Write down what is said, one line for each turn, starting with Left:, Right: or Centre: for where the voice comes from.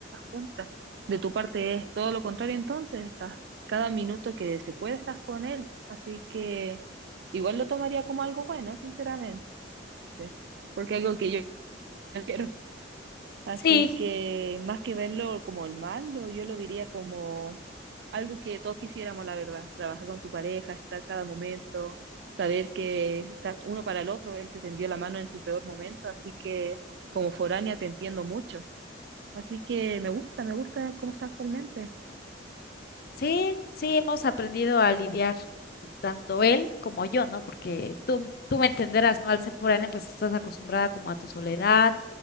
Right: juntas. De tu parte es todo lo contrario, entonces estás cada minuto que se puede estás con él. Así que igual lo tomaría como algo bueno, sinceramente. este, porque algo que yo <laughs> no quiero. Así
Left: Sí,
Right: que más que verlo como el mal, lo- yo lo diría como algo que todos quisiéramos, la verdad. Trabajar con tu pareja, estar cada momento, saber que está uno para el otro, él te tendió la mano en tu peor momento, así que como foránea te entiendo mucho. Así que me gusta, me gusta cómo está actualmente.
Left: Sí, sí, hemos aprendido a lidiar, tanto él como yo, ¿no? Porque tú, tú me entenderás, ¿no? Al ser foránea, pues estás acostumbrada como a tu soledad,